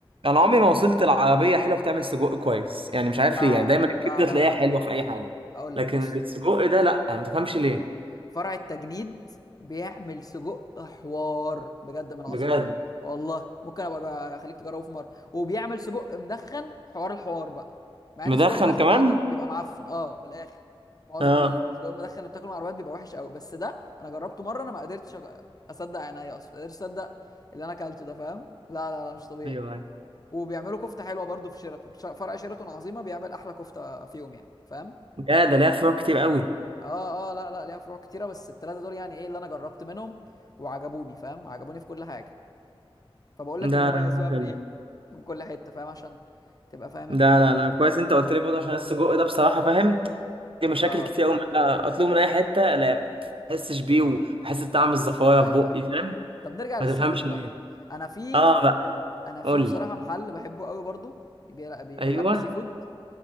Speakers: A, on the right; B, on the left.
A: انا عمري
B: و...
A: ما وصلت العربية حلوة بتعمل سجق كويس يعني مش عارف
B: لا
A: ليه يعني دايما الكبدة
B: لا لا
A: تلاقيها
B: لا
A: حلوة في اي حاجة
B: اقول
A: لكن
B: لك بص
A: السجق ده لا ما تفهمش ليه
B: فرع التجنيد بيعمل سجق حوار بجد من عظيمه
A: بجد
B: ده والله ممكن ابقى اخليك تجربه في مره وبيعمل سجق مدخن حوار الحوار بقى مع
A: مدخن
B: ان السجق المدخن
A: كمان
B: ده عاده بيبقى معفن اه من الاخر معظم
A: اه
B: السجق المدخن اللي بتاكله من العربيات بيبقى وحش قوي بس ده انا جربته مره انا ما قدرتش أ- اصدق عينيا اصلا ما قدرتش اصدق اللي انا اكلته ده فاهم لا لا لا مش طبيعي
A: ايوه أيوه.
B: وبيعملوا كفته حلوه برضو في شيراتون ش- فرع شيراتون عظيمه بيعمل احلى كفته فيهم يعني فاهم
A: يا ده ليها فروع كتير قوي
B: اه اه لا لا ليها فروع كتيره بس الثلاثه دول يعني ايه اللي انا جربت منهم وعجبوني فاهم عجبوني في كل حاجه فبقول لك
A: ده
B: المميز
A: لا لا
B: بقى
A: حلو
B: من ايه من كل حته فاهم عشان تبقى فاهم
A: ده
B: الدنيا
A: لا لا كويس انت قلت لي برضه عشان السجق ده بصراحه فاهم في مشاكل
B: اه
A: كتير قوي معاه اطلبه من اي حته لا ما احسش بيه واحس بطعم الزفاره
B: ايوه
A: في بقي
B: ايوه
A: فاهم
B: طب نرجع للسي
A: ما تفهمش
B: فود
A: ليه
B: بقى انا في
A: اه بقى
B: انا في
A: قول
B: بصراحه
A: لي
B: محل بحبه قوي برضو بي... بي... بيعمل
A: ايوه
B: سي فود